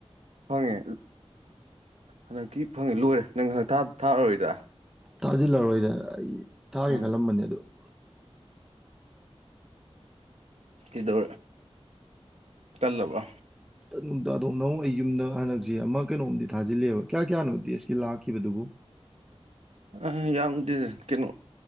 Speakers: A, on the right (about 80°); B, in the centre.
A: ꯐꯪꯉꯦ ꯍꯟꯗꯛꯇꯤ ꯐꯪꯉꯦ ꯂꯣꯏꯔꯦ ꯅꯪ ꯍꯟꯗꯛ ꯊꯥꯔꯔꯣꯏꯗ
B: ꯊꯥꯖꯤꯜꯂꯔꯣꯏꯗ ꯑꯩ ꯊꯥꯒꯦ
A: ꯎꯝ
B: ꯈꯜꯂꯝꯕꯅꯤ ꯑꯗꯨꯗ
A: ꯏꯗꯣ ꯇꯜꯂꯕ
B: ꯇꯨꯝꯝꯇ ꯑꯗꯣꯝ ꯅꯪ ꯑꯩ ꯌꯨꯝꯗ ꯍꯟꯗꯛꯁꯦ ꯑꯃ ꯀꯩꯅꯣꯝꯗꯤ ꯊꯥꯖꯤꯜꯂꯤꯦꯕ ꯀꯌꯥ ꯀꯌꯥꯅꯣ ꯗꯦꯁꯀꯤ ꯂꯥꯛꯈꯤꯕꯗꯨꯕꯨ
A: ꯑ ꯌꯥꯝꯗꯤ ꯀꯅꯣ